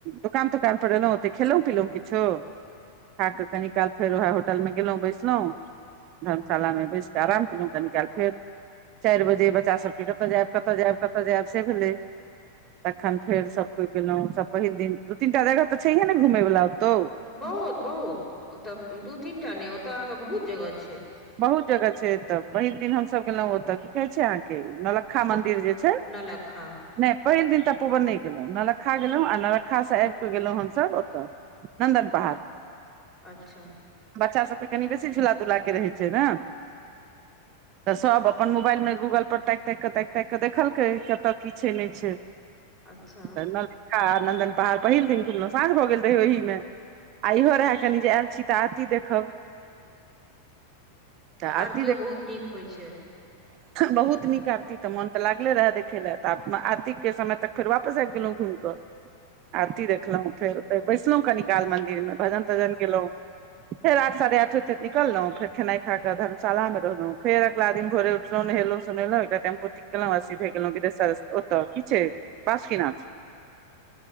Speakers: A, on the right; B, on the left.
A: दोकान तोकानपर एयलौ ओतेक खेलौ पीलौ किछो खा कऽ कनी काल फेर उएह होटल मे गेलौ बैसलौ धर्मशालामे बैस कऽ आराम केलौ कनी काल फेर चारि बजे बच्चा सबके कतऽ जायब कतऽ जायब कतऽ जायब से भेलै तखन फेर सभ कोइ गेलहुँ, सभ पहिल दिन दू तीनटा जगह तऽ छैहे ने घूमय बला, ओतौ।
B: बहुत बहुत, ओतय दू तीनटा नहि, ओतय अहाँके बहुत जगह छै।
A: बहुत जगह छै, एतऽ बहुत दिन हमसभ गेलहुँ ओते, की कहै छी अहाँके ने। खा मन्दिर
B: तब
A: जे छै।
B: नौलक्खा
A: नहि, पहिल दिन तऽ तपोवन नहि गेलहुँ, नलक्खा गेलहुँ आ नलक्खासँ आबि कऽ गेलहुँ हमसभ ओतय। नन्दन पहाड़।
B: अच्छा।
A: बच्चासभके कनि बेसी झूला तूला रहै छै ने। तऽ सभ अपन मोबाइलमे गूगलपर ताकि ताकि कऽ, ताकि ताकि कऽ देखलकै, कतय की छै, नहि छै।
B: अच्छा।
A: नलखा आ नन्दन पहाड़, पहिल दिनो साँझ भऽ गेल रहै ओहिमे। आ इहो रहै कनि जे आयल छी तऽ आरती देखब। तऽ
B: आरती
A: देख
B: बहुत नीक होइत छै।
A: बहुत नीक आरती तऽ मोन तऽ लागले रहै देखय लेल, तऽ आरतीके समय तक फेर वापस आबि गेलहुँ घुमि कऽ। आरती देखलहुँ, फेर बैसलहुँ कनि काल मन्दिरमे, भजन तजन गेलेहुँ। फेर आठ साढ़े आठ बजे निकलहुँ, फेर खेनाइ खा कऽ धर्मशालामे रहलहुँ, फेर अगिला दिन। भोरे उठलहुँ, नहेलहुँ, सोन्हेलहुँ, एकटा टेम्पो ठीक केलहुँ आ सीधे गेलहुँ वैद्यनाथ ओतय, की छै? बासुकीनाथ।